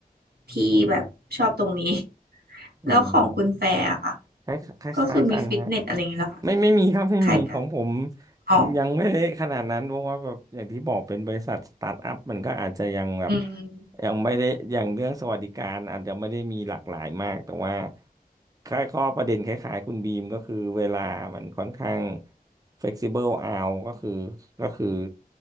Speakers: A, on the right (about 85°); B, on the right (about 20°).
A: ที่แบบชอบตรงนี้
B: อืม
A: <laughs>
B: อืม
A: แล้วของคุณแฟร์อะค่ะ
B: คล้ายคล้ายๆกันฮะ
A: ก็คือมีฟิตเนสอะไรอย่างเงี้ยเหรอคะ
B: ไม่ไม่มีครับไม่มีของผม
A: คล้ายกันอ๋อ
B: ยังไม่ได้ขนาดนั้นเพราะว่าแบบอย่างที่บอกเป็นบริษัทสตาร์ทอัพมันก็อาจจะยังแบบ
A: อืม
B: ยังไม่ได้อย่างเรื่องสวัสดิการอาจจะไม่ได้มีหลากหลายมากแต่ว่าค่ายข้อประเด็นคล้ายๆคุณบีมก็คือเวลามันค่อนข้าง flexible out ก็คือก็คือ